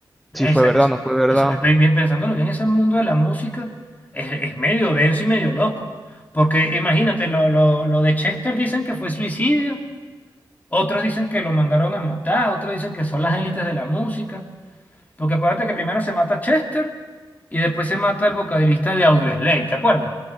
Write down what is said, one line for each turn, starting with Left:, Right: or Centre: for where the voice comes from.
Left: Es,
Centre: si fue
Left: es-
Centre: verdad, no fue verdad.
Left: es- es- ve- bien, pensándolo bien, ese mundo de la música es, es medio denso y medio loco. Porque imagínate, lo, lo, lo de Chester dicen que fue suicidio, otros dicen que lo mandaron a matar, otros dicen que son las élites de la música. Porque acuérdate que primero se mata Chester y después se mata el vocalista de Audioslave, ¿te acuerdas?